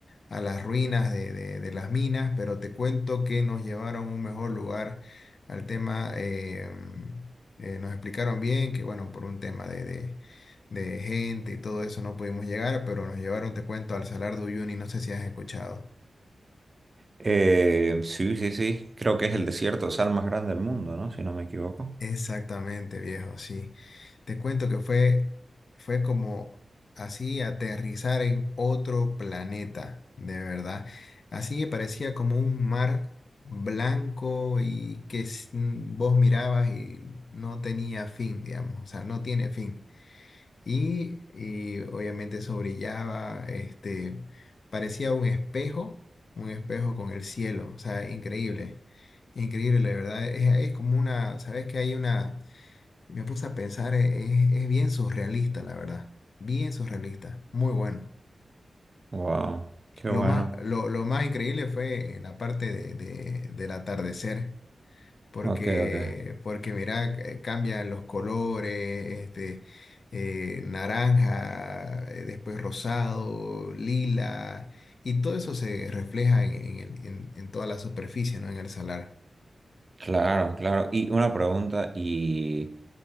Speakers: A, on the left; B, on the right.
A: a las ruinas de, de- de las minas, pero te cuento que nos llevaron a un mejor lugar al tema, eh, mm, eh, nos explicaron bien que, bueno, por un tema de, de, de gente y todo eso no pudimos llegar, pero nos llevaron, te cuento, al Salar de Uyuni, no sé si has escuchado.
B: Eh, sí, sí, sí. Creo que es el desierto de sal más grande del mundo, ¿no? Si no me equivoco.
A: Exactamente, viejo, sí. Te cuento que fue, fue como así aterrizar en otro planeta, de verdad. Así que parecía como un mar blanco y que s- mm, vos mirabas y no tenía fin, digamos, o sea, no tiene fin. Y, y obviamente eso brillaba, este, parecía un espejo, un espejo con el cielo, o sea, increíble. Increíble, la verdad. Es, es como una, ¿sabes que hay una... Me puse a pensar, e- es, es bien surrealista, la verdad. Bien surrealista, muy bueno.
B: Wow. Qué
A: Lo
B: bueno.
A: más, lo, lo más increíble fue en la parte de, de- del atardecer, porque,
B: Ok, ok.
A: porque mira, eh, cambian los colores, este, eh, naranja, eh, después rosado, lila, y todo eso se refleja en, en, el- en- en toda la superficie, ¿no? En el salar.
B: Claro, claro. Y una pregunta, ¿y,